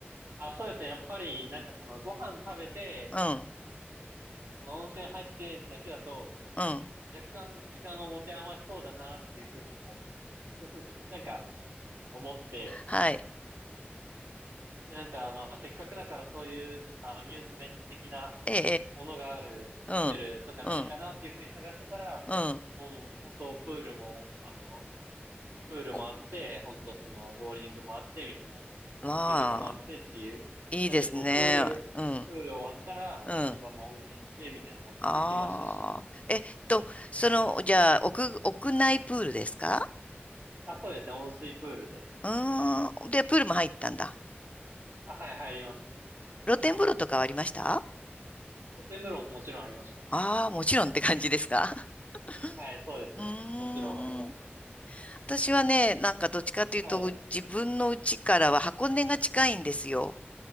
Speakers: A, on the right; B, on the left.
A: あ、そうですね。やっぱり、なんかそのご飯食べて、
B: うん、
A: その温泉入ってだけだと、
B: うん。
A: 若干時間を持て余しそうだなっていうふうにも、<laughs> なんか思って、
B: はい。
A: なんかまあせっかくだからそういうちょっとアミューズメント的な
B: ええ、
A: ものがあるホテルとかないかなっていうふうに探してたら、
B: ええうん、うん、うん。
A: もう本当プールも、あの、プールもあって、
B: お
A: 本当そのボーリングもあってみたいな、
B: ま
A: 卓球とかもあってっていう。
B: いいですね。
A: なんでそのプール、
B: うん。
A: プール終わったら、
B: うん。
A: もうそのまま温泉行ってみたいなのも行きましたし、
B: ああ。えっと、その、じゃあ、屋、屋内プールですか
A: まあ、そうですね、温水プールで。
B: うーん。で、プールも入ったんだ。
A: あ、はい、入りましたね。
B: 露天風呂とかはありました
A: 露天風呂ももちろんありました。
B: ああー、もちろんって感じですか <laughs>
A: はい、そうですね。
B: うーん。
A: もちろんあります。
B: 私はね、なんかどっちかというと、
A: はい。
B: う自分の家からは箱根が近いんですよ。